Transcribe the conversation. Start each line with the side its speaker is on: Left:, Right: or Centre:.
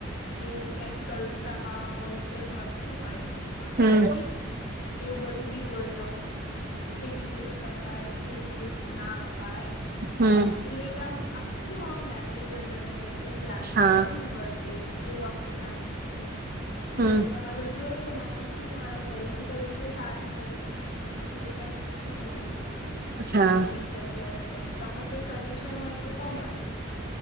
Left: એવું ક્યાંક સરસ રસ્તામાં હોલસેલ મળતું હોય તો ત્યાંથી
Right: હમ
Left: એવું બધું બી જોઈ લોઉ. કેવી ગિફ્ટ અપાય કેવી ગિફ્ટ ના એટલે
Right: હમ
Left: કે આમ આુ આમ મેમોરેબલ બની જાય. યાદગાર
Right: હા
Left: ર ને બર્થ ડે એવું આખું પ્લાનિંગ છે, એટલે
Right: હમ
Left: મે તમારું જો ને તો મને એવું થું કે તમારા ભય નું ખર્યું છે, સારું ખર્યું છે તો ત મેં કીજું એક વાર પૂછી જવું. તમને
Right: હા
Left: એવી જગ્યા છે. ને તમે કોઈ સજેશન હોય, તો કોમને?